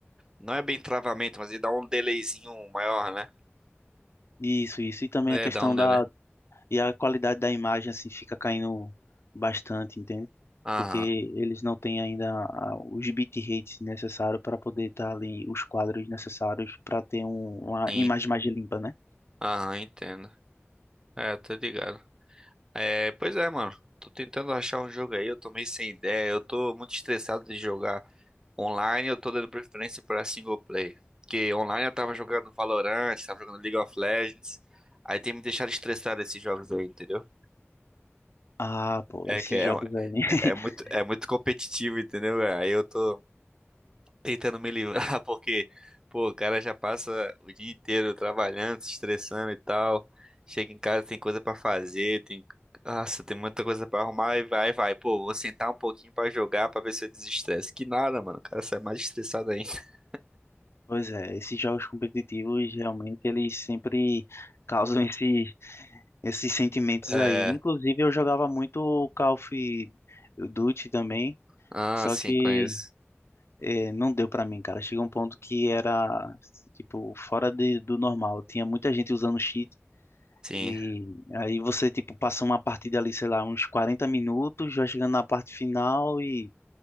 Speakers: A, on the right; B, on the left.
A: Não é bem travamento, mas ele dá um delayzinho maior, né?
B: Isso, isso. E também
A: É,
B: a questão
A: dá um delay.
B: da E a qualidade da imagem assim fica caindo bastante, entende?
A: Aham.
B: Porque eles não têm ainda a- os bitrates necessários para poder estar ali, os quadros necessários para ter um- uma
A: Sim.
B: imagem mais limpa, né?
A: Aham, entendo. É, tô ligado. É, pois é, mano. Tô tentando achar um jogo aí, eu tô meio sem ideia. Eu tô muito estressado de jogar online, eu tô dando preferência pra single play. Porque online eu tava jogando Valorant, tava jogando League of Legends. Aí tem me deixado estressado esses jogos aí, entendeu?
B: Ah, pô,
A: É
B: esses
A: que é,
B: jogos
A: um,
B: aí. <laughs>
A: É muito, é muito competitivo, entendeu? Aí eu tô tentando me livrar <laughs> porque, pô, o cara já passa o dia inteiro trabalhando, se estressando e tal. Chega em casa, tem coisa pra fazer, tem, nossa, tem muita coisa pra arrumar e vai, vai. Pô, vou sentar um pouquinho pra jogar pra ver se eu desestresse. Que nada, mano. O cara sai mais estressado ainda. <laughs>
B: Pois é, esses jogos competitivos realmente eles sempre causam esse, esses sentimentos
A: É,
B: aí. Inclusive eu jogava muito o Call of Duty também,
A: ah,
B: só
A: sim,
B: que
A: conheço.
B: É, não deu pra mim, cara. Chegou um ponto que era, tipo, fora de- do normal. Tinha muita gente usando cheat.
A: Sim,
B: E aí você, tipo, passa uma partida ali, sei lá, uns 40 minutos, já chegando na parte final e,